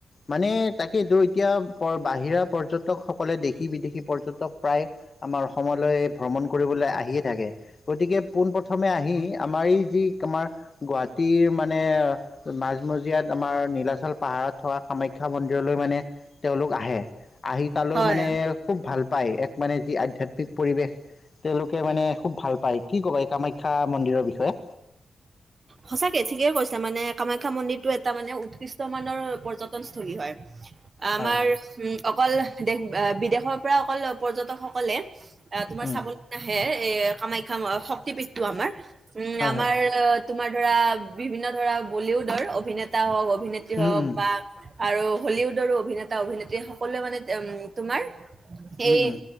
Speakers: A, on the left; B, on the right.
A: মানে তাকেইতো এতিয়া প বাহিৰা পৰ্যটকসকলে দেশী বিদেশী পৰ্যটক প্ৰায় আমাৰ অসমলৈ ভ্ৰমণ কৰিবলৈ আহিয়ে থাকে। গতিকে পোন প্ৰথমে আহি আমাৰ এই যি আমাৰ গুৱাহাটীৰ মানে মাজমজিয়াত আমাৰ নীলাচল চল পাহাৰত থকা কামাখ্যা মন্দিৰলৈ মানে তেওঁলোক আহে। আহি তালৈ
B: হয়
A: মানে খুব ভাল পায়। এক মানে যি আধ্যাত্মিক পৰিৱেশ তেওঁলোকে মানে খুব ভাল পায়। কি কবা এই কামাখ্যা মন্দিৰৰ বিষয়ে।
B: সঁচাকে ঠিকেই কৈছে মানে কামাখ্যা মন্দিৰটো এটা মানে উৎকৃষ্ট মানৰ পৰ্যটন স্থলী হয়।
A: হয়
B: আমাৰ
A: হয়
B: উম, অকল দেশ বিদেশৰ পৰা অকল পৰ্যটকসকলে এহ তোমাৰ
A: উম
B: চাবলৈ নাহে এহ কামাখ্যা শক্তি পীষ্ঠ আমাৰ উ
A: হয়
B: তোমাৰ
A: হয়
B: তোমাৰ ধৰা বিভিন্ন ধৰা বলিউডৰ অভিনেতা হওক অভিনেত্ৰী
A: উম
B: হওক
A: উম
B: বা আৰু হলিউডৰো অভিনেতা অভিনেত্ৰী সকলোৱ মানে উ তোমাৰ
A: উম
B: এই
A: উম